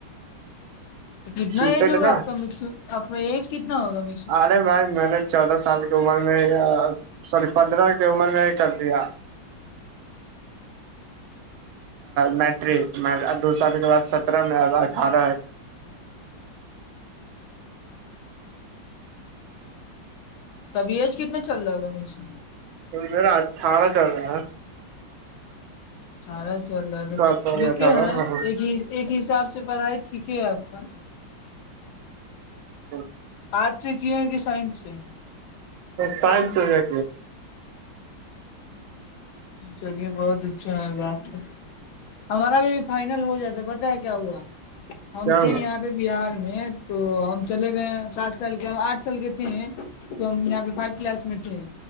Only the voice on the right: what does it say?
سیٹیٹ
نا
ارے بھائی میں نے چودہ سال کی عمر میں ہی سوری پندرہ کی عمر میں ہی کر لیا میٹرک دو سال کے بد سترہ میں ا اٹھارہ
ااراھالا چل رہا
سات سال
اٹھارہ
ہاں
ا <inaudible>
سائنسال آے
کیا ہوا